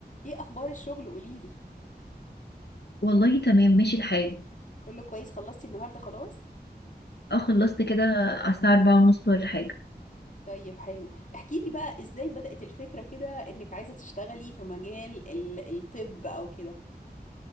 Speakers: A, on the left; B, on the left.
A: ايه اخبار الشغل قوليلي
B: والله تمام ماشي الحال
A: كله كويس خلصتي النهارده خلاص
B: اه خلصت كده على الساعة أربعة ونص ولا حاجة
A: طيب حلو احكيلي بقى ازاي بدأت الفكرة كده انك عايزة تشتغلي في مجال ال- الطب او كده